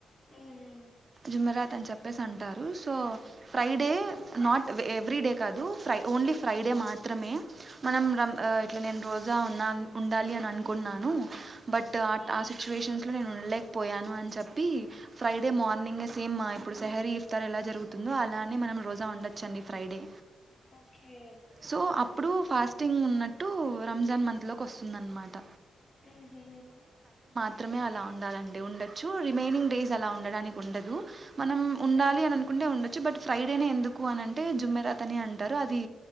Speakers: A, on the left; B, on the right.
A: హ్మ్
B: జుమెరాత్ అని చెప్పేసి అంటారు so Friday not every day కాదు ఫ్రై ఓన్లీ ఫ్రైడే మాత్రమే మనం ఇట్లా నేను రోజా ఉన్నా ఉండాలి అని అనుకున్నాను బట్ ఆ సిచ్యువేషన్స్లో నేను ఉండలేకపోయాను అని చెప్పి ఫ్రైడే మార్ని నింగే సేమ్ ఇప్పుడు సెహరీ ఇఫ్తార్ ఎలా జరుగుతుందో అలానే మనం రోజా ఉండొచ్చండి ఫ్రైడే.
A: ఓకే
B: సో అప్పుడు ఫాస్టింగ్ ఉన్నట్టు రంజాన్ మంత్లోకి వస్తుందనమాట
A: హ్మ్ హు
B: మాత్రమే అలా ఉండాలండి ఉండచ్చు రిమైనింగ్ డేస్ అలా ఉండడానికి ఉండదు మనం ఉండాలి అని అనుకుంటే ఉండ చ్చు బట్ ఫ్రైడేనే ఎందుకు అనంటే జమ్మెరాత్ అని అంటారు. అది